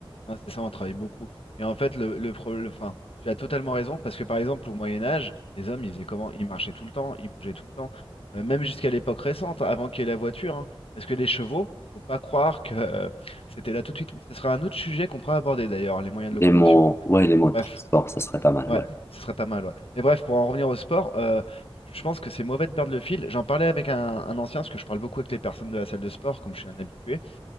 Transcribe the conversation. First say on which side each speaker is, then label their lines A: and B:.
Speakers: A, on the left; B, on the left.
A: Ah, c'est ça, on travaille beaucoup. Et en fait, le, le problème, enfin, tu as totalement raison, parce que par exemple, au Moyen Âge, les hommes, ils faisaient comment? Ils marchaient tout le temps, ils bougeaient tout le temps, Euh, même jusqu'à l'époque récente, avant qu'il y ait la voiture, hein. parce que les chevaux, faut pas croire que euh, c'était là tout de suite. Ce sera un autre sujet qu'on pourra aborder d'ailleurs, les moyens de locomotion.
B: Les mots, ouais, les mots de
A: Bref,
B: transport, ça serait pas mal,
A: ouais,
B: ouais.
A: ce serait pas mal, ouais. Mais bref, pour en revenir au sport, euh, je pense que c'est mauvais de perdre le fil. J'en parlais avec un, un ancien, parce que je parle beaucoup avec les personnes de la salle de sport, comme je suis un habitué.